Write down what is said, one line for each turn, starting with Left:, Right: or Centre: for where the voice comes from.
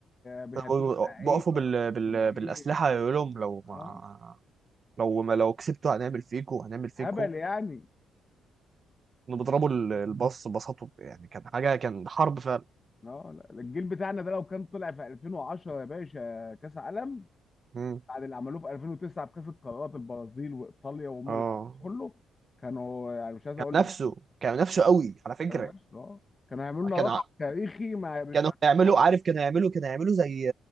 Left: بيهددوا
Right: كانوا
Left: اللعيبه
Right: بقفوا بال... بال...
Left: والجماهير
Right: بالأسلحة يقول لهم لو ما
Left: اه
Right: لو ما لو كسبتوا هنعمل فيكوا هنعمل فيكوا
Left: هبل يعني
Right: كانوا بيضربوا ال- الباص بساطة يعني كان حاجة كان حرب فعلا
Left: اه لا، الجيل بتاعنا ده لو كان طلع في 2010 يا باشا كاس عالم
Right: مم.
Left: بعد اللي عملوه في 2009 بكاس القارات البرازيل وايطاليا وهم
Right: اه
Left: اللي عملوه كله كانوا يعني مش عايز
Right: كان
Left: اقول
Right: نفسه
Left: لك
Right: كان نفسه قوي على فكرة
Left: كانوا نفس اه كانوا هيعملوا لنا
Right: كان
Left: رقم
Right: ع-
Left: تاريخي ما مش
Right: كانوا
Left: هنتصور
Right: هيعملوا عارف كانوا هيعملوا كانوا هيعملوا زي